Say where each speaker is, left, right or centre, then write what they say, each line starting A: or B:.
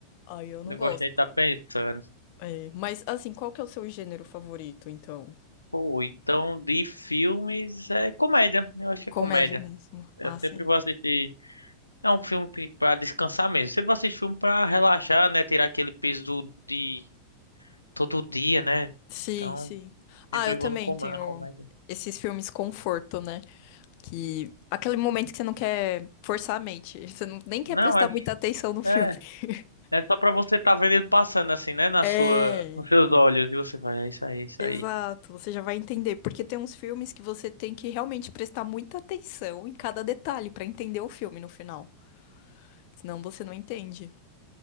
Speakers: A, on the left (about 45°); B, on the left (about 85°).
A: Ai, eu não
B: Não
A: gosto.
B: gosto nem de estar pensando.
A: É, mas assim, qual que é o seu gênero favorito, então?
B: Pô, então de filmes é comédia. Eu acho que
A: Comédia
B: é comédia.
A: mesmo.
B: Eu
A: Ah, sim.
B: sempre vou assistir. É um filme pe- pra descansar mesmo. Sempre vou assistir filme pra relaxar, né? Tirar aquele peso do, de todo dia, né?
A: Sim,
B: Então,
A: sim. Ah,
B: sempre
A: eu
B: vou
A: também
B: no com
A: tenho
B: na comédia.
A: esses filmes conforto, né? Que aquele momento que você não quer forçar a mente, <laughs> você não, nem quer
B: Não,
A: prestar
B: é
A: muita atenção no filme.
B: É,
A: <laughs>
B: é só pra você tá vendo ele passando assim, né? Na
A: É,
B: sua, nos seus olhos. E você vai, é isso aí, é isso
A: exato,
B: aí.
A: você já vai entender, porque tem uns filmes que você tem que realmente prestar muita atenção em cada detalhe pra entender o filme no final, senão você não entende.